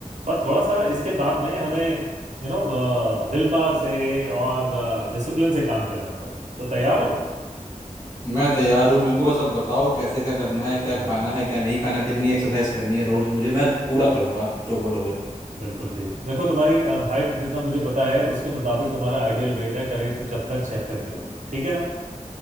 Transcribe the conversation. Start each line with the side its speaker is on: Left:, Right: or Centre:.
Right: बस थोड़ा सा इसके बाद में हमें यू नो विल पावर से और डिसिप्लिन से काम कर लेना पड़ेगा तो तैयार हो
Left: मैं तैयार हूँ मेरे को बस अब बताओ कैसे क्या करना है क्या
Right: हम्म
Left: खाना है क्या नहीं खाना कितनी एक्सरसाइज करनी है रोज मुझे मैं पूरा करूँगा आप जो बोलोगे
Right: बिल्कुल ठीक देखो तुम्हारी हाइट जितना मुझे पता है उसके मुताबिक तुम्हारा आइडियल वेट है करीब पचहत्तर छिहत्तर किलो ठीक है ना